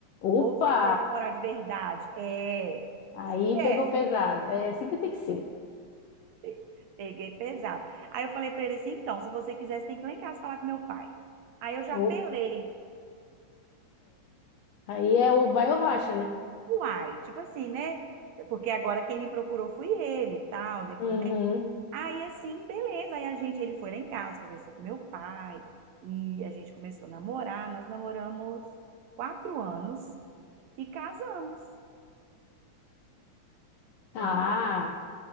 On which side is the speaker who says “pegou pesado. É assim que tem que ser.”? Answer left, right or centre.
Left